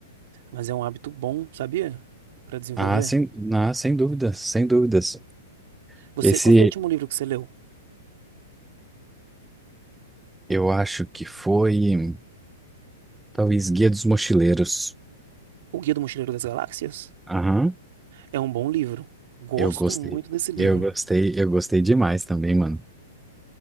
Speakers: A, on the right; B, in the centre.
A: Mas é um hábito bom, sabia? Pra desenvolver.
B: Ah, sem, ah, sem dúvidas, sem dúvidas.
A: Você,
B: Esse
A: qual foi o último livro que você leu?
B: eu acho que foi talvez Guia dos Mochileiros.
A: O Guia do Mochileiro das Galáxias?
B: Aham,
A: É um bom livro. Gosto
B: eu gostei.
A: muito desse livro.
B: Eu gostei, eu gostei demais também, mano.